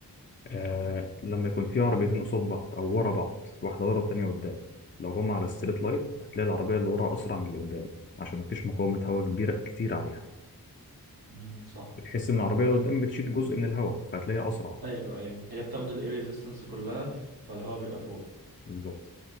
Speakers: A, on the left; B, on the right.
A: آه لما يكون في عربيتين قصاد بعض أو ورا بعض واحدة ورا التانية قدام لو هما على الستريت لاين هتلاقي العربية اللي ورا أسرع من اللي قدام عشان مفيش مقاومة هواء كبيرة كتير عليها
B: مم، صح
A: بتحس إن العربية اللي
B: ايوه
A: قدام بتشيل جزء من الهواء فهتلاقيها أسرع
B: ايوه ايوه هي بتاخد الاير ريزيستنس كلها فالهواء بيبقى فوق
A: بالظبط